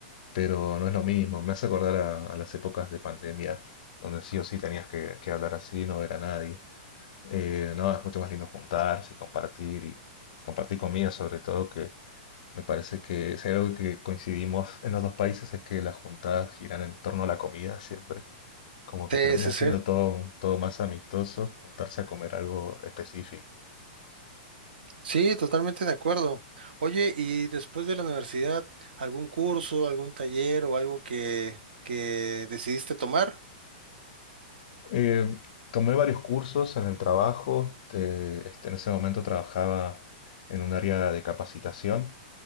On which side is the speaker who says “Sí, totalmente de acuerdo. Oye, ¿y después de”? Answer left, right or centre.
Right